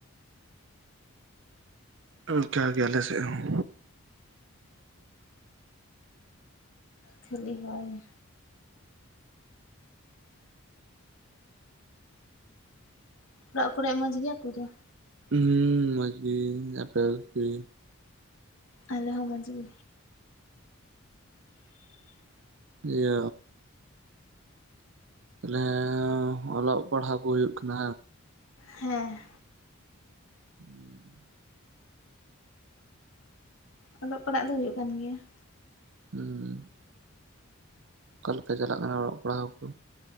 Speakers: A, on the right; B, on the left.
A: ᱚᱱᱠᱟ ᱜᱮ ᱟᱞᱮ ᱥᱮ ᱦᱚᱸ
B: ᱠᱷᱮᱞᱤ ᱦᱚᱭ ᱚᱲᱟᱜ ᱠᱚᱨᱮ ᱢᱚᱡᱽ ᱜᱮᱭᱟᱠᱩ ᱫᱚ
A: ᱦᱩᱸ ᱢᱚᱡᱽ ᱜᱤ ᱟᱯᱮ ᱠᱚ ᱜᱤ
B: ᱟᱞᱮ ᱦᱚᱸ ᱢᱚᱪᱽ ᱜᱤ <inaudible>
A: ᱤᱭᱟᱹ ᱛᱟᱦᱚᱞᱮ ᱚᱞᱚᱜ ᱯᱟᱲᱦᱟᱣ ᱠᱚ ᱦᱩᱭᱩᱜ ᱠᱟᱱᱟ?
B: ᱦᱮᱸ᱾
A: ᱦᱩᱸ <inaudible>
B: ᱚᱞᱚᱜ ᱯᱟᱲᱦᱟᱜ ᱫᱚ ᱦᱩᱭᱩᱜ ᱠᱟᱱ ᱜᱮᱭᱟ ᱾
A: ᱦᱩᱸ ᱚᱠᱟ ᱞᱮᱠᱟ ᱪᱟᱞᱟᱜ ᱠᱟᱱᱟ ᱚᱞᱚᱜ ᱯᱟᱲᱦᱟᱣ ᱠᱚ?